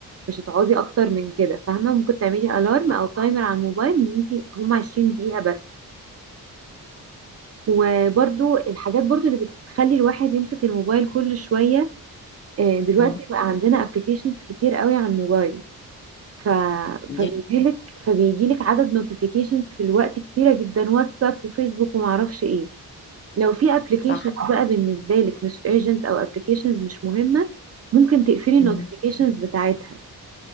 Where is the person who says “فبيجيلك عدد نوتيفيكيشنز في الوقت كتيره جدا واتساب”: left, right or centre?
Right